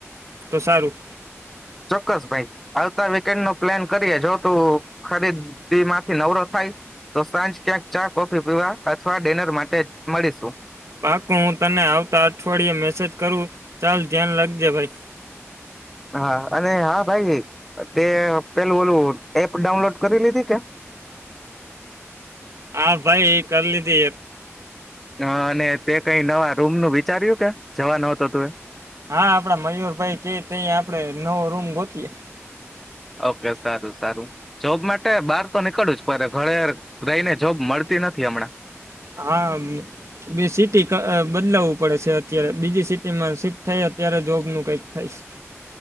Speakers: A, on the right; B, in the centre.
A: તો સારું.
B: ચોક્કસ ભાઈ આવતા વીકેન્ડ નો પ્લાન કરીએ જો તું ખરીદીમાંથી નવરો થાય તો સાંજ ક્યાંક ચા કોફી પીવા અથવા ડિનર માટે જ મળીશું.
A: પાકો હું તને આવતા અઠવાડિયે મેસેજ કરું. ચાલ ધ્યાન રાખજે ભાઈ.
B: હા અને હા ભાઈ તે પેલું ઓલું એપ ડાઉનલોડ કરી લીધી કે?
A: હા ભાઈ કરી લીધી એ.
B: હા અને તે કઈ નવા રૂમ નું વિચાર્યું કે જવાનોતો તું એ?
A: હા આપડા મયુરભાઈ કે તઈ આપડે નવો રૂમ ગોતીએ.
B: ઓકે સારું. સારું. જોબ માટે બાર તો નીકળવું જ પડે. ઘરે રહીને જોબ મળતી મળતી નથી હમણાં.
A: હા બેસી ટીકા અ બદલાવવું પડે છે અત્યારે બીજી સિટીમાં શિફ્ટ થાય અત્યારે જોબ નું કઈક થાઈશ.